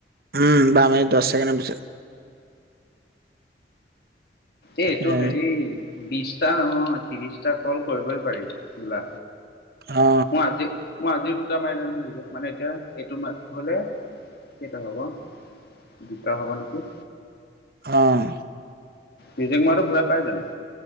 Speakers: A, on the right (about 55°); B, on the left (about 60°).
A: উম বাৰ মিনিট দহ ছেকেণ্ডৰ পিছত।
B: এই এইটো
A: উম
B: হেৰি বিশটা নহয় ত্ৰিশটা কল কৰিবই পাৰি। বোলা,
A: অ
B: মই আজি মই আজিও দুটা মাৰিলে নহয় ৰিজেক্ট, মানে এতিয়া এইটো হ'লে কেইটা হ'ব দুটা হ'ব নেকি?
A: অ'।
B: ৰিজেক্ট মৰাতো ঘূৰাই পাই জানোঁ?